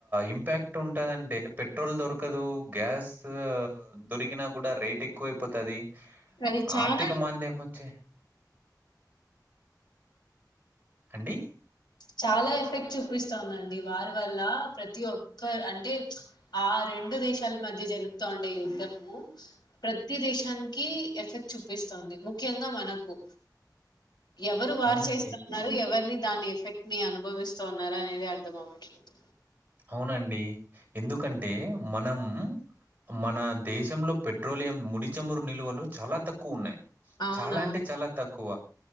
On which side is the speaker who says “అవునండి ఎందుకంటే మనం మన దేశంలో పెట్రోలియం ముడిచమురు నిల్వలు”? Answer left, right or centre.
Right